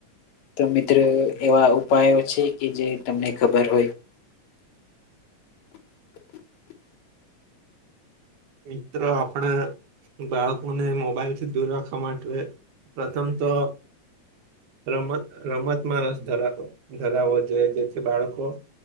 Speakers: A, on the left; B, on the right.
A: તો મિત્રો એવા ઉપાયો છે કે જે તમને ખબર હોય? <unintelligible> <unintelligible>
B: મિત્રો આપણે બાળકોને મોબાઈલ થી દૂર રાખવા માટે પ્રથમ તો રમત રમતમાં રસ ધરા ધરાવવો જોઈએ જેથી બાળકો